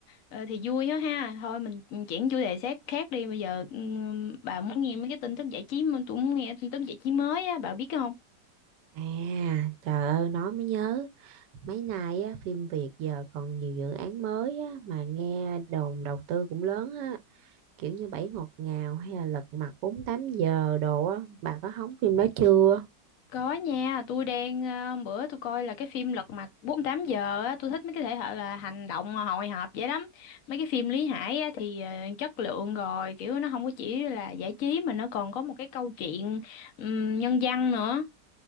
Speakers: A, on the left; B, on the right.
A: ờ, thì vui đó ha. Thôi mình ừ, chuyển chủ đề khác khác đi bây giờ ừm, bà muốn nghe mấy cái tin tức giải trí mà tôi muốn nghe tin tức giải trí mới á, bà biết không?
B: À, trời ơi nói mới nhớ mấy nay á, phim Việt giờ còn nhiều dự án mới á, mà nghe đồn đầu tư cũng lớn á kiểu như Bảy Ngọt Ngào hay là Lật Mặt bốn mươi tám giờ đồ á bà có hóng phim đó chưa
A: Có nha, tôi đang ờ, bữa tôi coi là cái phim Lật Mặt bốn tám giờ á, tôi thích mấy cái thể loại là hành động hồi hộp vậy lắm. Mấy cái phim Lý Hải á, thì ờ, chất lượng rồi, kiểu nó không có chỉ là giải trí mà nó còn có một cái câu chuyện ừm, nhân văn nữa.